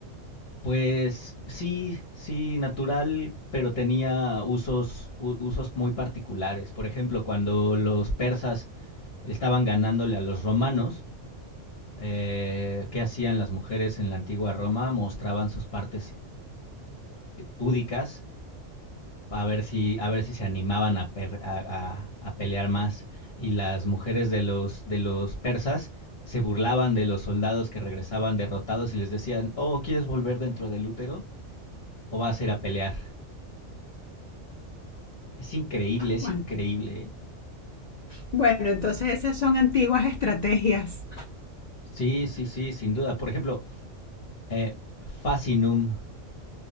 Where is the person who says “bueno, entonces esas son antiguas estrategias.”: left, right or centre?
Left